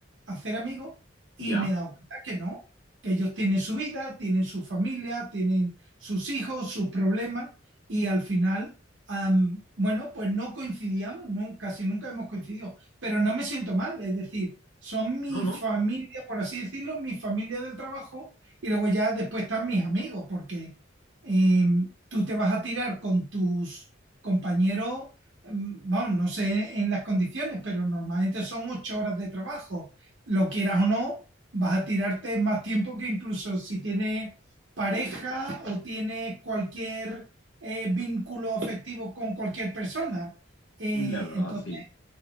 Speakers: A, on the right; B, on the left.
A: hacer amigos y
B: Ya.
A: me he dado cuenta que no, que ellos tienen su vida, tienen su familia, tienen sus hijos, sus problemas y al final, am, bueno, pues no coincidíamos, nunca, casi nunca hemos coincidido, pero no me siento mal, es decir, son mi
B: No, no.
A: familia, por así decirlo, mi familia del trabajo y luego ya después están mis amigos, porque em, tú te vas a tirar con tus compañeros, em, bueno, no sé en las condiciones, pero normalmente son ocho horas de trabajo lo quieras o no, vas a tirarte más tiempo que incluso si tienes pareja o tienes cualquier eh, vínculo afectivo con cualquier persona. Eh,
B: La verdad,
A: entonces,
B: sí.